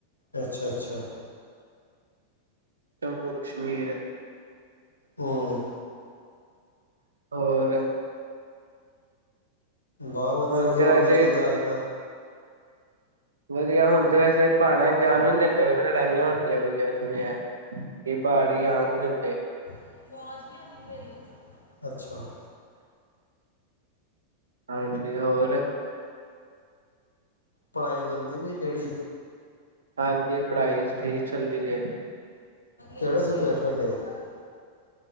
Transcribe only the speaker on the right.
ਜੰਮੂ- ਕਸ਼ਮੀਰ
ਹੋਰ?
ਹੁਣ
ਤੇ ਵੈਸੇ
ਵਧੀਆ ਹੁਣ ਤੇ ਵੈਸੇ ਪਹਾੜਾਂ ਜਾਣ ਵੀ ਨੀ ਦਿੰਦੇ, ਪਏ ਨ ਲੜਾਈਆਂ ਹੁੰਦੀਆਂ ਪਈਆ ਸੁਣਿਆ ਕਿ ਪਹਾੜੀ ਆਣ ਨੀ ਦਿੰਦੇ।
ਹਾਂਜੀ, ਹੋਰ।
<unintelligible> ਸਹੀ ਚੱਲਦੀ ਪਈ ਏ।